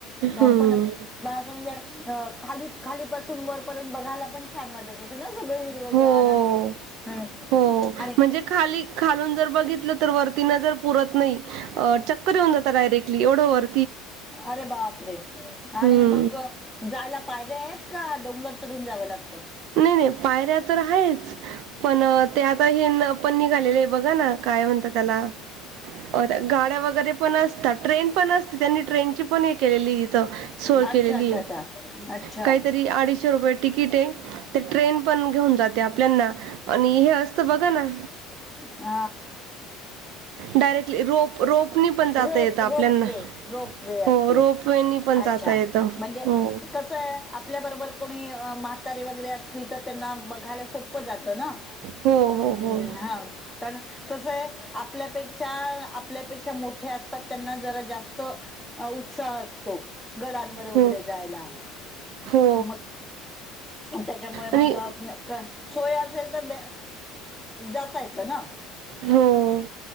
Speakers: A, in the centre; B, on the right.
A: दोन
B: हम्म
A: पण म्हणजे ज खाली खाली बसुन वरपर्यंत बघाय पण छान वाटत असे ना सगळं हिरगार
B: हो
A: आणि अ
B: हो
A: अरे
B: म्हणजे खाली खालून जर बघितलं तर वरती नजर पुरत नाही चक्कर येऊन जाता डायरेक्टली एवढ वर
A: अरे बापरे,
B: हम्म
A: आणि मग जायला पायऱ्या आहेत, का डोंगर चढून जावं लागतं?
B: नाही नाही, पायऱ्या तर आहेच, पण ते आता हे न पण निघालेलय बघा ना, काय म्हणता त्याला? अ गाड्या वगैरे पण असतात, ट्रेन पण असते, त्यांनी ट्रेनची पण हे केलेली इथं सोय
A: अच्छा
B: केलेली
A: अच्छा
B: आहे,
A: अच्छा अच्छा
B: काहीतरी अडीचशे रुपये तिकीट आहे ते ट्रेन पण घेऊन जाते आपल्याना, आणि हे असतं बघ ना
A: अ
B: डायरेक्टली रोप रोपनी पण जाता
A: रोप,
B: येतं आपल्यांना
A: रोप वे, रोप वे असतो.
B: हो रोपवेनी पण जाता
A: अच्छा
B: येतं
A: म्हणजे
B: हो
A: कसं आहे आपल्याबरोबर कोणी म्हातारी वगैरे असली तर त्यांना बघायला सोपं जातं ना
B: हो हो
A: हम्म
B: हो
A: हा कारण कस आहे आपल्यापेक्षा आपल्यापेक्षा मोठे असत त्यांना जरा जास्त उत्साह असतो गडांवर वगैरे
B: हो हो
A: जायला
B: हो
A: मग त्याच्यामुळे म्हटलं
B: आणि
A: का सोया असेल तर, जाता येतं ना?
B: हो,